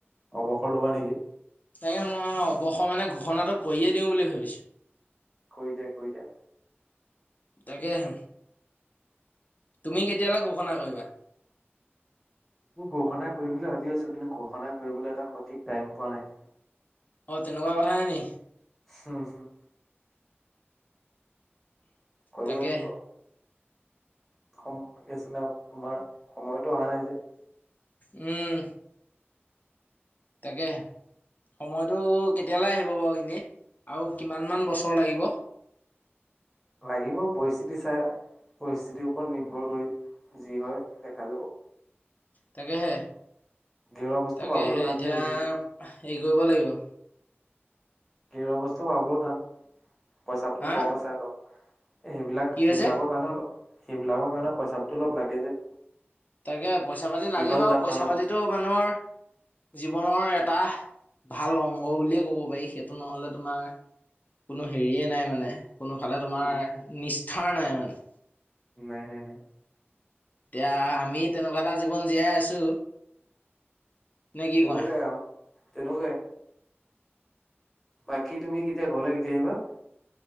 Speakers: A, in the centre; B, on the left.
A: অবসৰ লবা নেকি।
B: তাকে মই, অৱসৰ মানে, ঘোষণাটো কৰিয়ে দিওঁ বুলি ভাবিছোঁ।
A: কৰি দিয়া, কৰি দিয়া।
B: তাকেহে, তুমি কেতিয়ালৈ ঘোষণা কৰিবা
A: মই ঘোষণা কৰিম বুলি ভাবি আছো, কিন্তু ঘোষণা কৰিবলৈ, এটা সঠিক টাইম পোৱা নাই।
B: অ তেনেকুৱা কথাহে নেকি।
A: হুম, হুম কৰিব
B: তাকেহে
A: লাগিব। সম, কি আছিলে তোমাৰ, সময়তো অহা নাই যে।
B: উম। তাকেহে, সময়টো কেতিয়ালে আহিব বাৰু এনেই, আৰু কিমান মান বছৰ লাগিব
A: লাগিব পৰিস্থিতি চাই পৰিস্থিতিৰ ওপৰত নিৰ্ভৰ কৰি যি হয় দেখা যাব।
B: তাকেহে
A: গেৰুৱা বস্তু
B: তাকেহে
A: পাবলৈও টান
B: এতিয়া,
A: যে আজিকালি
B: হেৰি কৰিব লাগিব।
A: গৃহ অৱস্থাও পাবলো টান, পইচা পাতি
B: হা
A: কম আছে, হাতত। এ সেইবিলাক,
B: কি
A: সেইবিলাকৰ
B: হৈছে
A: কাৰণে অলপ, সেইবিলাকৰ কাৰণে, পইচা পাতি অলপ লাগে যে।
B: তাকেহে, পইচা পাতি
A: দীঘল
B: লাগে বাৰু,
A: যাত্ৰা
B: পইচা
A: ন।
B: পাতিটো মানুহৰ জীৱনৰ এটা, ভাল অংগ বুলিয়ে ক'ব পাৰি। সেইটো নহ'লে তোমাৰ কোনো হেৰিয়ে নাই মানে, কোনোফালে তোমাৰ,
A: উম
B: নিষ্ঠাৰ নাই মানে।
A: নাই নাই নাই।
B: এতিয়া, আমি তেনেকুৱা এটা জীৱন জীয়াই আছো। নে কি
A: তেনেকুৱাই
B: কোৱা
A: আও তেনেকুৱাই। বাকী তুমি কেতিয়া, ঘৰলে কেতিয়া আহিবা